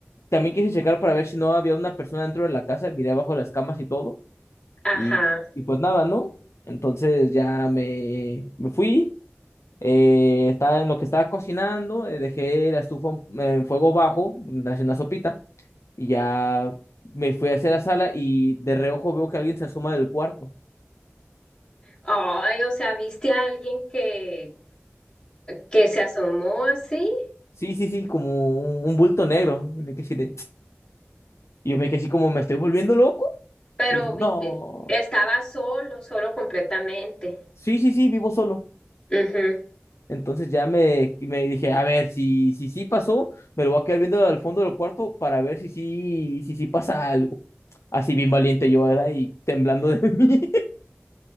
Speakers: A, on the left; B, on the left.
A: También quise checar para ver si no había una persona dentro de la casa, miré abajo de las camas y todo,
B: ajá.
A: y, y pues nada, ¿no? Entonces ya me, me fui, eh, estaba en lo que estaba cocinando, eh, dejé la estufa en en fuego bajo, haciendo una sopita, y ya me fui hacia la sala y de reojo veo que alguien se asoma del cuarto.
B: Ay, o sea, ¿viste a alguien que, que se asomó así?
A: Sí, sí, sí, como un, un bulto negro. Y me quedé así de- <tsk> y yo me quedé así como, ¿me estoy volviendo loco?
B: Pero
A: Y dije, no.
B: vive, estaba solo, solo completamente.
A: Sí, sí, sí, vivo solo.
B: Ujú.
A: Entonces ya me, me dije, a ver, si, si sí pasó, me lo voy a quedar viendo al fondo del cuarto para ver si sí, si sí pasa algo. Así bien valiente yo, ¿verdad? Y temblando de <laughs> mí.